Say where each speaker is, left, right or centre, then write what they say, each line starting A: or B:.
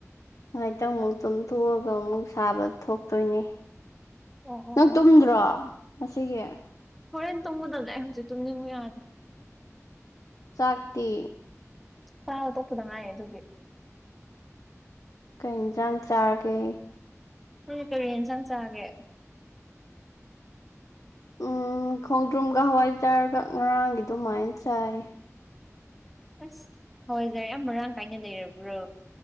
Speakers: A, on the left (about 85°); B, in the centre.
A: ꯉꯥꯏꯇꯪ ꯃꯨꯛ ꯇꯨꯝꯊꯣꯛꯑꯒ ꯑꯃꯨꯛ ꯁꯥꯕ ꯊꯣꯛꯇꯣꯏꯅꯦ
B: ꯑꯣ ꯑꯣ
A: ꯅꯪ
B: ꯑꯣ
A: ꯇꯨꯝꯗ꯭ꯔꯣ ꯉꯁꯤꯒꯤ
B: ꯍꯣꯔꯦꯟ ꯇꯨꯝꯒꯗꯕꯅꯦ ꯍꯧꯖꯤꯛ ꯇꯨꯝꯅꯤꯡꯉꯨ ꯌꯥꯗꯦ
A: ꯆꯥꯛꯇꯤ
B: ꯆꯥꯕ ꯇꯣꯛꯄꯗ ꯉꯥꯏꯌꯤ ꯑꯗꯨꯒꯤ
A: ꯀꯩ ꯌꯦꯟꯖꯥꯡ ꯆꯥꯒꯦ
B: ꯅꯣꯏ ꯀꯔꯤ ꯌꯦꯟꯁꯥꯡ ꯆꯥꯒꯦ
A: ꯎꯝ ꯈꯣꯡꯗ꯭ꯔꯨꯝꯒ ꯍꯋꯥꯏ ꯆꯥꯔꯒ ꯉꯔꯥꯡꯒꯤ ꯑꯗꯨꯃꯥꯏ ꯆꯥꯏ
B: ꯑꯁ ꯍꯆꯥꯏꯖꯥꯔ ꯌꯥꯝ ꯃꯔꯥꯡ ꯀꯥꯏꯅ ꯂꯩꯔꯕ꯭ꯔꯣ